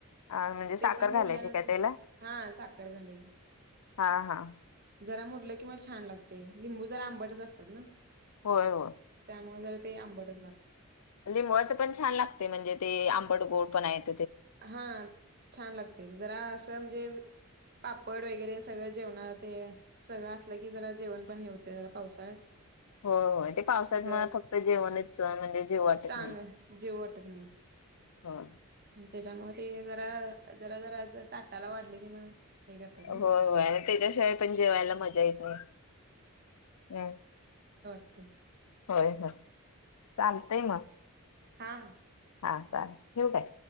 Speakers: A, on the left (about 85°); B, on the right (about 45°).
A: म्हणजे साखर
B: ते पण
A: घालायची
B: मुरल्यानंतर
A: काय त्याला?
B: हा साखर घालायची
A: हा हा
B: जरा मुरलं किंवा छान लागते लिंबू जरा आंबटच असतात ना.
A: होय होय.
B: त्यामुळे ते आंबटच लागत
A: लिंबावायचं पण छान लागते, म्हणजे ते आंबड गोड पण आहेत
B: हा छान लागते जरा असं म्हणजे पापड वगैरे सगळं जेवण ते सगळं असलं की जरा जेवण पण हेवते जरा पावसाळ्यात
A: हो हो ते पावसात
B: जरा
A: म फक्त जेवणच म्हणजे जेव वाटत
B: चांग
A: नाही
B: जेव वाटत नाही
A: होय
B: त्याच्यामुळे ते जरा जरा जरा ताटाला वाढलं कि मग? हे करतात ना
A: हो हो आणि त्याच्याशिवाय पण जेवायला मजा येत नाही. हम्.
B: ओक <unintelligible>
A: होय हो चालतंय मग
B: हा
A: हा काय, ठेऊ काय?